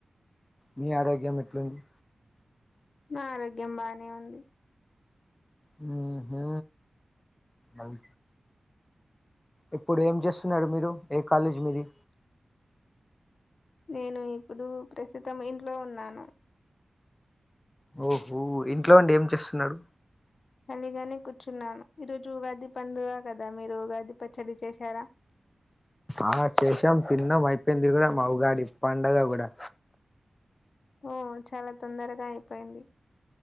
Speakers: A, on the left; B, on the left.
A: మీ ఆరోగ్యం ఎట్లుంది
B: నా ఆరోగ్యం బానే ఉంది
A: ఉమ్ హు అవ్ ఇప్పుడు ఏం చేస్తున్నాడు మీరు ఏ కాలేజీ మీది
B: నేన ఇప్పుడు ప్రస్తుతం ఇంట్లో ఉన్నాను
A: ఓహో ఇంట్లో అండి ఏం చేస్తున్నారు
B: కాలిగానే కూర్చున్నాను ఈరోజు ఉగాది పండుగ కదా మీరు ఉగాది పచ్చడి చేశారా
A: ఆ చేసాం తిన్నాం అయిపోయింది కూడా మాఉగాది పండగ కూడా
B: ఓ చాలా తొందరగా అయిపోయింది